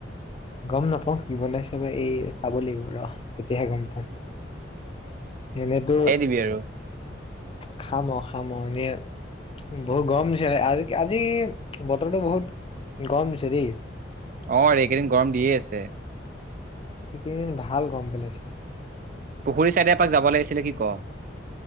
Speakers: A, on the left; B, on the right.
A: গম নাপাওঁ কি বনাইছে বা এই চাব লাগিব ৰহ, তেতিয়াহে গম পাম, এনেতো
B: খাবি আৰু <inaudible>
A: খাম আৰু, খাম আৰু এনে বহুত গৰম দিছিলে আজি কি আজি আজি বতৰটো বহুত গৰম দিছে দেই।
B: অ', এইকেইদিন গৰম দিয়ে আছে।
A: সেই কেইদিন ভাল গৰম পেলাইছে।
B: পুখুৰী ছাইডে এপাক যাব লাগিছিলে কি ক?